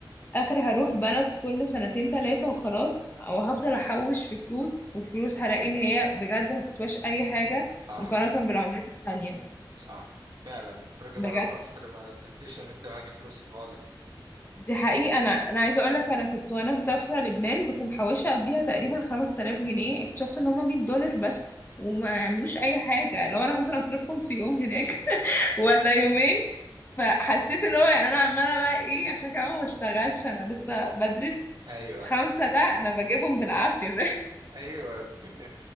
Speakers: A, on the left; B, on the right.
A: اخري هروح بلد كل سنتين تلاتة وخلاص او هفضل احوش في فلوس والفلوس هلاقي ان هي بجد ما تسواش اي حاجه
B: صح
A: مقارنه بالعملات التانية
B: صح فعلا تخرجي
A: بجد
B: بره مصر ما تحسيش ان انت معاكي فلوس خالص
A: دي حقيقة أنا أنا عايزة أقولك أنا كنت وأنا مسافرة لبنان كنت محوشة قبليها تقريبا 5000 جنيه اكتشفت إن هما 100 دولار بس وما يعملوش أي حاجة
B: <laughs>
A: لو أنا ممكن أصرفهم في يوم هناك <laughs> ولا يومين فحسيت اللي هو يعني أنا عمالة بقى إيه عشان كمان ما بشتغلش أنا لسه بدرس
B: ايوه
A: في خمسة ده أنا بجيبهم بالعافية <laughs>
B: ايوه <laughs>